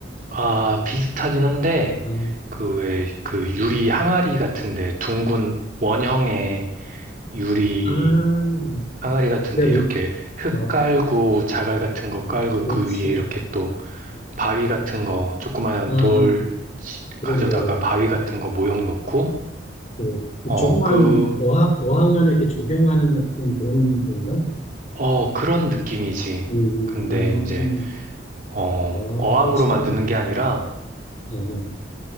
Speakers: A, on the right (about 45°); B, on the left (about 35°).
A: 아, 비슷하긴 한데,
B: 아,
A: 그 왜, 그 유리 항아리 같은데, 둥근 원형의 유리
B: 아,
A: 항아리 같은데,
B: 내가 못,
A: 이렇게 흙
B: 아,
A: 깔고, 자갈 같은 거 깔고, 그
B: 그렇지.
A: 위에 이렇게
B: 아,
A: 또, 바위 같은 거, 조그만한
B: 아,
A: 돌 치-
B: 그래,
A: 가져다가
B: 그래.
A: 바위 같은 거 모형 놓고,
B: 그,
A: 어,
B: 조그만
A: 그,
B: 어항, 어항 안에 이렇게 조경하는 같은 그런 건가?
A: 어, 그런 느낌이지.
B: 음,
A: 근데 이제, 어,
B: 와,
A: 어항으로
B: 멋지다.
A: 만드는
B: 아,
A: 게 아니라,
B: 아, 아,